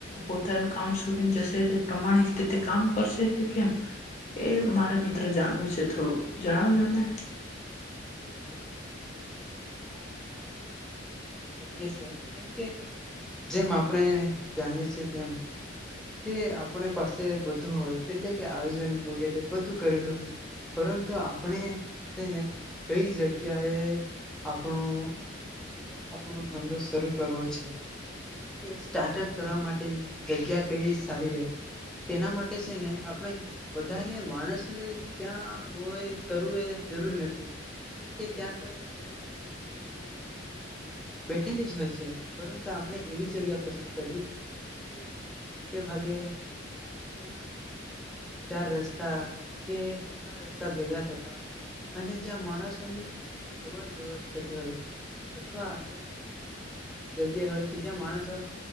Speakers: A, on the left; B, in the centre.
A: પોતાનું કામ સુધી જશે પ્રમાણિક રીતે કામ કરશે કે કેમ એ મારે મિ ત્ર જાણવું છે થોડું જણાવજોને.
B: હા આ તમારા પ્રશ્ન પણ યોગ્ય છે કેમકે જેમ આપણે જાણીએ છીએ તેમ કે આપણે પાસે બધું હોય એટલે કે આયોજન વગેરે બધું કરેલું હોય પરંતુ આપણે શેને કઈ જગ્યાએ આપણો એટલે કે ધંધો શરૂ કરવો છે એટલે કે સ્ટાર્ટઅપ કરવા માટે જગ્યા કઈ સારી રહે તેના માટે શે ને આપણે વધારે માણસ ત્યાં કરવું એ જરૂર નથી કેમકે ત્યાં તો ઓલરેડી ઘણી બધી એવી દુકાનો બેઠેલી જ હોય છે પરંતુ આપણે એવી જગ્યા પસંદ કરવી કે મોટે ભાગે જ્યાં ચાર રસ્તા કે ઘણા રસ્તા ભેગા થતા હોય. અને જ્યાં માણસોની ખૂબ અવર જવર થતી હોય અથવા એમ જ કોઈ જગ્યા હોય કે જ્યાં માણસો